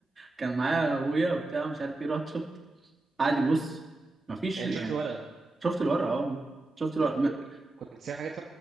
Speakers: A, on the right (about 20°); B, on the right (about 45°).
A: كان معايا ابويا وبتاع مش عارف ايه رحت شفت قعد يبص ما فيش
B: يعني
A: يعني
B: أنت شفت الورقه
A: شفت الورقه اه شفت الورقه
B: طب
A: ما...
B: كنت سايب حاجات